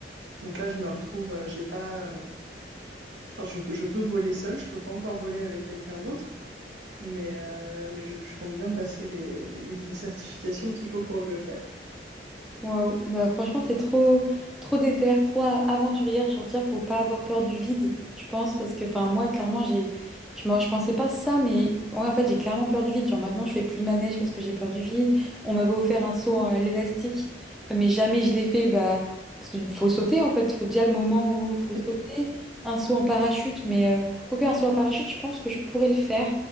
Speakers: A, on the right; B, in the centre.
A: donc là, je me retrouve, euh, j'ai pas, euh, Enfin, je, je peux voler seul, je peux pas encore voler avec quelqu'un d'autre, mais, euh, mais je, je compte bien passer les, les, les certifications qu'il faut pour le faire.
B: Wow. Bah, franchement, t'es trop, trop déter, trop a- aventurière. Genre, déjà, faut pas avoir peur du vide, je pense, parce que, enfin, moi, clairement, j'ai, je, m'en- je pensais pas ça, mais ouais, en fait, j'ai clairement peur du vide. Genre, maintenant, je fais plus de manège parce que j'ai peur du vide. On m'avait offert un saut à l'élastique, mais jamais je l'ai fait, bah, parce qu'il faut sauter, en fait. Faut déjà le moment où faut
A: <laughs>
B: sauter. Un saut en parachute, mais euh, quoique un saut en parachute, je pense que je pourrais le faire.